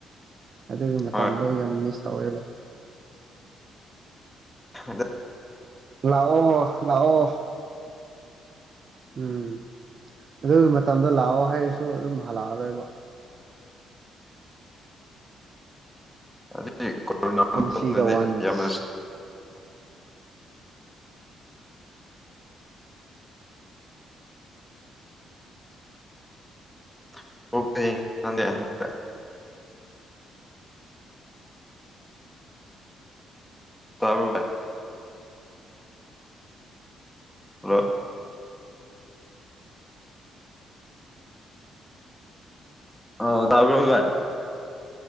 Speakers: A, on the right; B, in the centre.
A: ꯑꯗꯨꯒꯤ ꯃꯇꯝꯗꯣ
B: ꯍꯣꯏ
A: ꯌꯥꯝ ꯃꯤꯁ ꯇꯧꯋꯦꯕ
B: ꯑꯗ
A: ꯂꯑꯣ ꯂꯑꯣ ꯎꯝ ꯑꯗꯨꯒꯤ ꯃꯇꯝꯗꯣ ꯂꯥꯛꯑꯣ ꯍꯥꯏꯁꯨ ꯑꯗꯨꯝ ꯍꯜꯂꯛꯑꯔꯣꯏꯕ
B: ꯑꯝ ꯀꯣꯔꯣꯅꯥ
A: ꯄꯨꯟꯁꯤꯗ ꯋꯥꯟꯁ
B: ꯌꯥꯝ ꯏ <unintelligible> ꯇꯃꯦ ꯑ <unintelligible> ꯑꯣ ꯇꯄ ꯀꯥꯏ